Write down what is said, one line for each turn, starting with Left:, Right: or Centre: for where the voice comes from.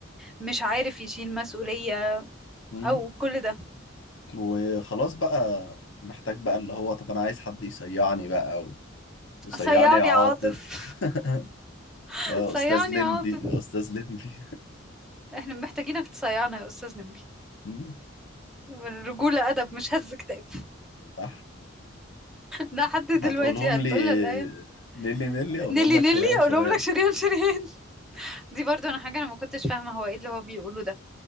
Centre: مش عارف يشيل مسؤولية
Left: مم.
Centre: او كل ده
Left: وخلاص بقى محتاج بقى اللي هو طب انا عايز حد يصيعني بقى و... وصيعني
Centre: صيعني
Left: يا عاطف
Centre: يا عاطف
Left: <laughs>
Centre: <laughs>
Left: استاذ
Centre: صيعني
Left: لمبي
Centre: يا عاطف
Left: استاذ لمبي
Centre: احنا محتاجينك تصيعنا يا استاذ نبي
Left: مم.
Centre: الرجولة ادب مش هز كتاب
Left: صح
Centre: لحد دلوقتي
Left: هتقولهم
Centre: هتقول
Left: لي
Centre: لها الايه
Left: نيلي نيلي هقولهم
Centre: نيلي
Left: لك
Centre: نيلي
Left: شرهان
Centre: اقول
Left: شرهان
Centre: لهم لك شريهان شريهان دي برضو انا حاجه انا ما كنتش فاهمه هو ايه اللي هو بيقوله ده